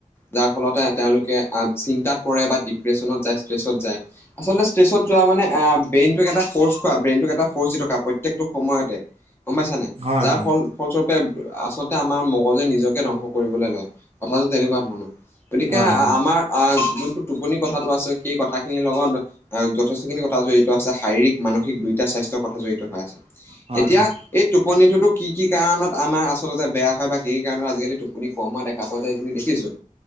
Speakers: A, on the left; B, on the right.
A: যাৰ ফলতে তেওঁলোকে আহ চিন্তাত পৰে বা ডিপ্ৰেশচনত যায় ষ্ট্ৰেছত যায়, আচলতে ষ্টেচত যোৱা মানে ব্ৰেইনটোক এটা ফৰ্চ খোৱা ব্ৰেইনটোক এটা ফ'ৰ্চ দি থকা প্ৰত্যেকটো সময়তে গম পাইছা নাই
B: হয়
A: যাৰ
B: হয়
A: ফল ফলস্বৰূপে আচলতে আমাৰ মগজে নিজকে ধ্বংস কৰিবলে লয় কথাটো তেনেকুৱা ধৰণৰ গতিকে
B: হয় হয় হয়
A: আমাৰ আহ যোনটো টোপনি কথাটো আছে সেই কথাখিনিৰ লগত যথেষ্টখিনি কথা জড়িত আছে শাৰীৰিক মানসিক দুইটা স্বাস্থ্যৰ কথা জড়িত হৈ আছে
B: হয়
A: এতিয়া
B: হয় হয় হয় হয়
A: এই টোপনিটো টো কি কি কাৰণত আমাৰ আচ আচলতে বেয়া হয় বা কি কাৰণত আজিকালি টোপনি কম হোৱা দেখা পোৱা যায় সেইখিনি দেখিছোঁ